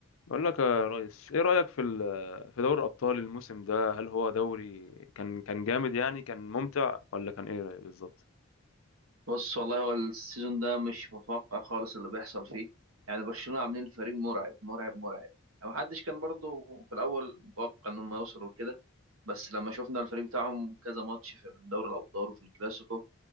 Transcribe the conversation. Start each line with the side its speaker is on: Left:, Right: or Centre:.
Left: بقول لك يا ريس ايه رأيك في ال- في دوري الابطال الموسم ده هل هو دوري كان كان جامد يعني كان ممتع ولا كان ايه رأيك بالظبط
Right: بص والله هو السيزون ده مش متوقع خالص اللي بيحصل فيه يعني برشلونة عاملين فريق مرعب مرعب مرعب يعني ما حدش كان برضه في الأول متوقع إنهم يوصلوا لكده بس لما شفنا الفريق بتاعهم كذا ماتش في دوري الأبطال وفي الكلاسيكو